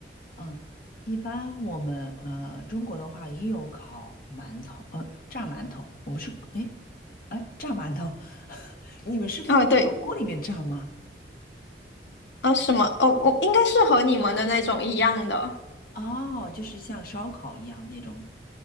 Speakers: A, on the left (about 50°); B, on the left (about 80°).
A: 嗯，一般我们呃中国的话也有烤馒头，呃炸馒头，我们是哎哎炸馒头，<laughs> 你们是放到油锅里面炸吗？
B: 啊，对，啊，什么？哦，我应该是和你们的那种一样的。
A: 哦，就是像烧烤一样那种。